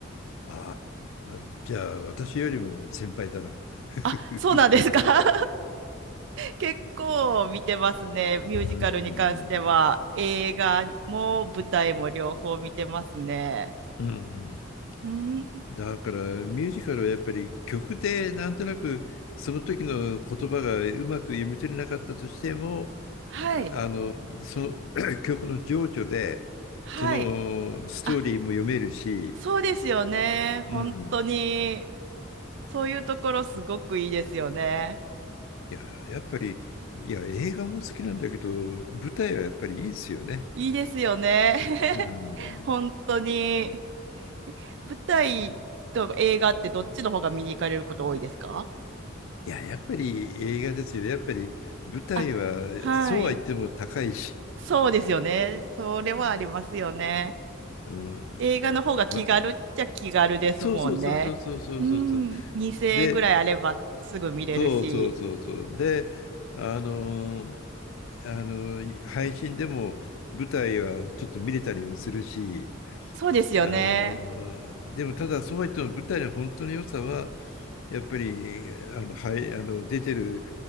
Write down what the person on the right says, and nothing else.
あ、そうなんですか <laughs> 結構見てますね。ミュージカルに関しては、
映画も舞台も両方見てますね。
うん、
はい、
はい。
あ、そうですよね。
本当に、そういうところすごくいいですよね。
いいですよね。<laughs>
本当に。舞台と映画ってどっちの方が見に行かれること多いですか
あ、はい。
そうですよね。それはありますよね。
映画の方が気軽っちゃ気軽ですもんね。
うん、2000円ぐらいあればすぐ見れるし。
そうですよね。